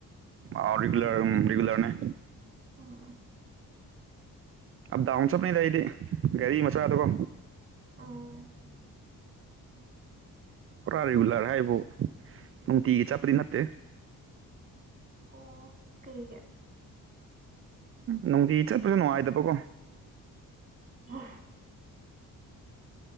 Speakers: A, on the right; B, on the right.
A: ꯑꯥ ꯔꯤꯒꯨꯂꯔ ꯔꯦꯒꯨꯂꯔꯅꯦ
B: ꯎꯝ
A: ꯑꯞ ꯗꯥꯎꯟ ꯆꯠꯄꯅꯦꯗ ꯑꯩꯗꯤ ꯒꯥꯔꯤ ꯃꯆꯥꯗꯀꯣ
B: ꯑꯣ
A: ꯄꯨꯔꯥ ꯔꯤꯒꯨꯂꯔ ꯍꯥꯏꯕꯨ ꯅꯨꯡꯇꯤꯒꯤ ꯆꯠꯄꯗꯤ ꯅꯠꯇꯦ
B: ꯑꯣ ꯀꯩꯒꯤ
A: ꯅꯨꯡꯇꯤ ꯆꯠꯄꯗꯣ ꯅꯨꯡꯉꯥꯏꯗꯕꯀꯣ
B: ꯑꯣ